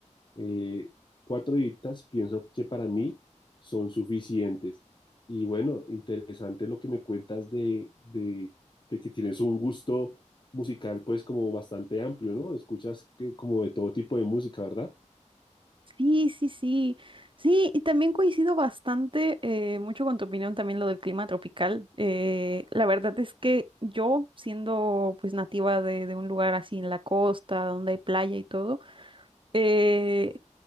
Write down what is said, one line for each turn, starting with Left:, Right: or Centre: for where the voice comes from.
Left: Eh, cuatro horitas pienso que para mí son suficientes. Y bueno, interesante lo que me cuentas de, de, de que tienes un gusto musical pues como bastante amplio, ¿no? Escuchas que, como de todo tipo de música, ¿verdad?
Right: Sí, sí, sí. Sí, y también coincido bastante eh, mucho con tu opinión también lo del clima tropical. Eh, la verdad es que yo, siendo pues nativa de, de un lugar así en la costa, donde hay playa y todo, eh,